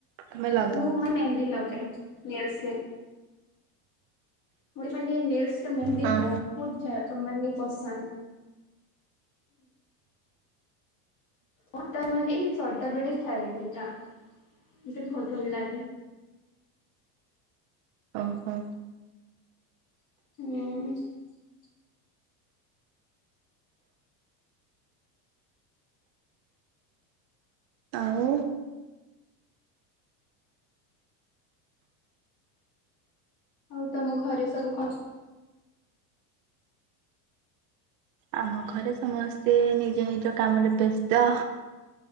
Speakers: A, on the right; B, on the left.
A: ତମେ ଲଗାଅ?
B: ମୁଁ ମାନେ ମେହେନ୍ଦି ଲଗାଏ ନେଲ୍ସ ରେ। ମୋର୍ ମାନେ ନେଲ୍ସେ ରେ ମେହେନ୍ଦୀ
A: ହଁ
B: ବହୁତ ତ ମନି ପସନ୍ ଆତ ମାନେ ସଦାବେଳେ ଥାଏ ସେଟା। ମତେ ବହୁତ ଭଲ ଲାଗେ।
A: ଓହୋ।
B: ହଁ।
A: ଆଉ
B: ଆଉ ତମ ଘରେ ସବୁ କଣ?
A: ଆମ ଘରେ ସମସ୍ତେ ନିଜ ନିଜ କାମରେ ବ୍ୟସ୍ତ।